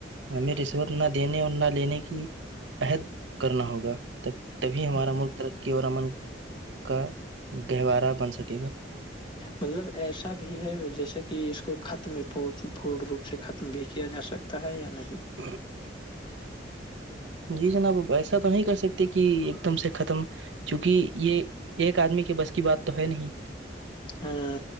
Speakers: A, on the right; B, on the left.
A: ہمیں رشوت نہ دینے اور نہ لینے کی عہد کرنا ہوگا تب- تبھی ہمارا
B: ہوں۔
A: ملک ترقی اور امن کا گہوارہ بن سکے گا -
B: مطلب ایسا بھی ہے جیسے کہ اس کو ختم پور روپ سے ختم بھی کیا جا سکتا- تا ہے یا نہیں
A: پر جی جناب ایسا تو نہیں کر سکتے کہ ایک دم سے ختم- چونکہ یہ ایک ادمی کے بس کی بات تو ہے نہیں-
B: ہاں-